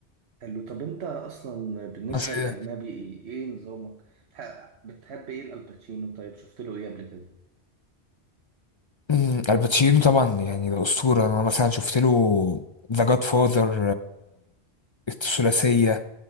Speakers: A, on the right; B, on the left.
A: حلو طب انت اصلا بالنسبه
B: قوي
A: للاجنبي ايه ايه نظامك ح- بتحب ايه الالباتشينو طيب شفت له ايه قبل كده
B: مم، الباتشينو طبعا يعني ده أسطورة أنا مثلا شفت له ذا جاد فاذر الثلاثية